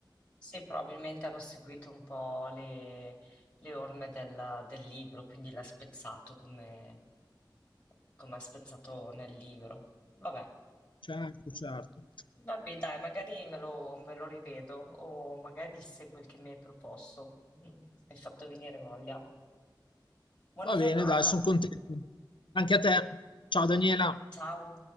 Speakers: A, on the left; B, on the left.
A: sì, probabilmente hanno seguito un po' le, le orme della- del libro, quindi l'ha spezzato come, come ha spezzato nel libro. Vabbè,
B: Certo, certo.
A: vabbè, dai, magari me lo, me lo rivedo o magari se quel che mi hai proposto. <laughs> Mi hai fatto venire voglia. Buona
B: Va
A: giornata,
B: bene, dai, sono contento. Anche a te. Ciao Daniela.
A: ciao.